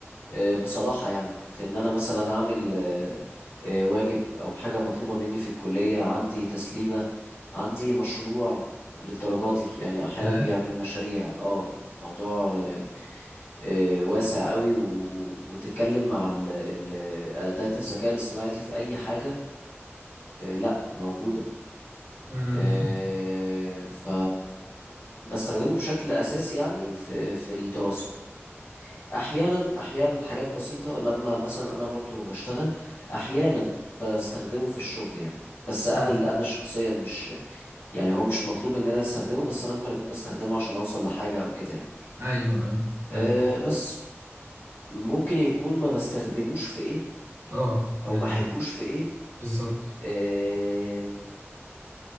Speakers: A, on the left; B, on the right.
A: أه بصراحه يعني في ان انا مثلا اعمل أه أه واجب او حاجه مطلوبه مني في الكليه عندي تسليمه عندي مشروع للدرجه دي يعني احيانا
B: yeah.
A: بيعمل مشاريع اه موضوع أه آه، واسع قوي و- وتتكلم مع ال- ال- اداه الذكاء الاصطناعي دي في اي حاجه ب- لا موجوده
B: مم.
A: آه،
B: <laughs>
A: ف بستخدمه بشكل اساسي يعني في في الدراسه احيانا احيانا حاجات بسيطه لما مثلا انا برضو بشتغل احيانا بستخدمه في الشغل يعني بس انا
B: آه.
A: اللي انا شخصيا مش يعني هو مش مطلوب مننا نستخدمه بس انا ممكن اكون بستخدمه عشان اوصل لحاجه او كده يعني
B: ايوه ايوه
A: أه
B: ايوه
A: بس ممكن يكون ما بستخدموش في ايه
B: اه
A: او
B: يعني
A: ما احبوش في ايه
B: بالظبط
A: أه